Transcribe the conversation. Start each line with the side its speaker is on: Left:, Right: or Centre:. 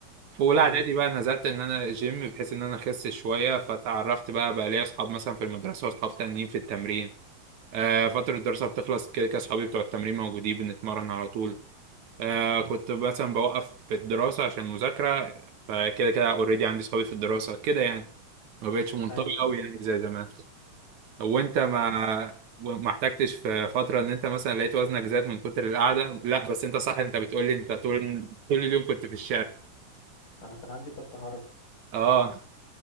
Right: في اولى
Left: ايوه
Right: اعدادي بقى نزلت ان انا جيم بحيث ان انا اخس شويه فتعرفت بقى بقى ليا اصحاب مثلا في المدرسه واصحاب تانيين في التمرين آه فتره الدراسه بتخلص كده كده اصحابي بتوع التمرين موجودين بنتمرن على طول آه كنت مثلا بوقف في الدراسه عشان المذاكره فكده كده اوريدي عندي اصحابي في الدراسه كده يعني ما بقتش منطوي
Left: ايوه
Right: قوي
Left: ايوه
Right: يعني زي زمان وانت ما
Left: لا بس
Right: ما احتجتش في فتره ان انت مثلا لقيت وزنك زاد من كتر القعده لا بس انت صح انت بتقولي انت طول طول اليوم كنت في الشارع
Left: انا كان عندي فرط حركه
Right: اه